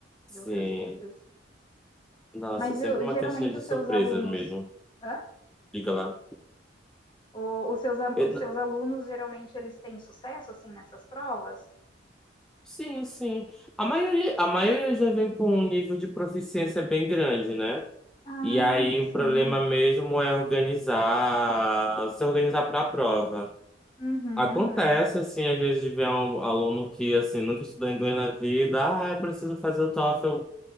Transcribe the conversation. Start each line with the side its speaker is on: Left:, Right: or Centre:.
Centre: Sim.
Left: de outras coisas.
Centre: Nossa,
Left: Mas
Centre: é sempre
Left: eu-
Centre: uma
Left: geralmente
Centre: caixinha de
Left: os
Centre: surpresa
Left: seus alunos.
Centre: mesmo.
Left: Hã?
Centre: Diga lá.
Left: O- os, seus, a-
Centre: Eu
Left: os
Centre: não-
Left: seus alunos geralmente eles têm sucesso assim nessas provas?
Centre: Sim, sim. A maioria, a maioria já vem com um nível de proficiência bem grande, né?
Left: Ah,
Centre: E aí o
Left: sim.
Centre: problema mesmo é organizar, se organizar para a prova.
Left: Uhum,
Centre: Acontece,
Left: é.
Centre: assim, às vezes de ver um aluno que, assim, nunca estudou inglês na vida, ah, eu preciso fazer o TOEFL